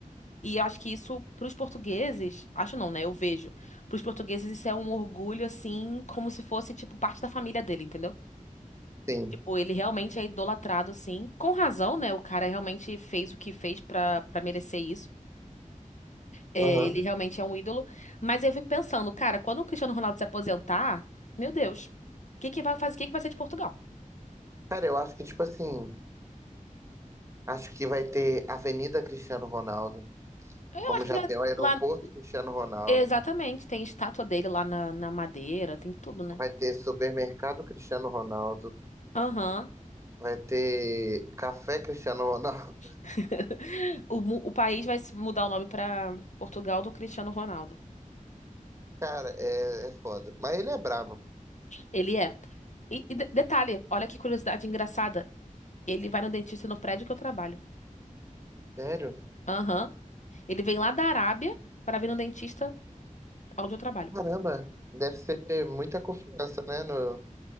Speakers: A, on the left; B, on the right.
A: E eu acho que isso, para os portugueses, acho não, né? Eu vejo. Para os portugueses, isso é um orgulho, assim, como se fosse, tipo, parte da família dele, entendeu?
B: sim.
A: Tipo, ele realmente é idolatrado, assim, com razão, né? O cara realmente fez o que fez pra, pra merecer isso. É,
B: Aham.
A: ele realmente é um ídolo. Mas eu fico pensando, cara, quando o Cristiano Ronaldo se aposentar, meu Deus, o que que vai fazer, o que que vai ser de Portugal?
B: Cara, eu acho que, tipo assim, acho que vai ter Avenida Cristiano Ronaldo.
A: Eu
B: Como
A: acho
B: já
A: que já
B: tem o aeroporto
A: lá,
B: Cristiano Ronaldo,
A: exatamente, tem estátua dele lá na, na Madeira, tem tudo, né?
B: vai ter supermercado Cristiano Ronaldo,
A: Aham.
B: vai ter café Cristiano Ronaldo.
A: <laughs> O, mu- o país vai se mudar o nome para Portugal do Cristiano Ronaldo.
B: <laughs> Cara, é, é foda. Mas ele é brabo.
A: Ele é. E, e de- detalhe, olha que curiosidade engraçada. Ele vai no dentista no prédio que eu trabalho.
B: Sério?
A: Aham. Ele vem lá da Arábia para vir no dentista onde eu trabalho.
B: Caramba, deve ser muita confiança, né, no,